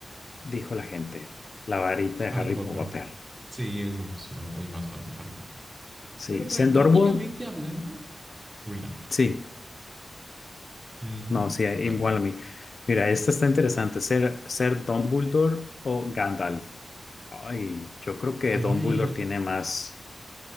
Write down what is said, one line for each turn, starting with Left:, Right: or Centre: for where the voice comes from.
Left: dijo la gente. La varita de
Right: Harry
Left: Harry
Right: Potter.
Left: Potter.
Right: Sí, es pues, más, hay más fans de Harry Potter.
Left: Sí.
Right: Pero pragmáticamente
Left: Sendorbook.
Right: hablando, Green Lantern.
Left: Sí.
Right: Ujú,
Left: No, sí, eh,
Right: totalmente.
Left: igual a mí. Mira, esta está interesante. ¿Ser, ser Dumbledore o Gandalf? Ay, yo creo que
Right: Ay,
Left: Dumbledore tiene más.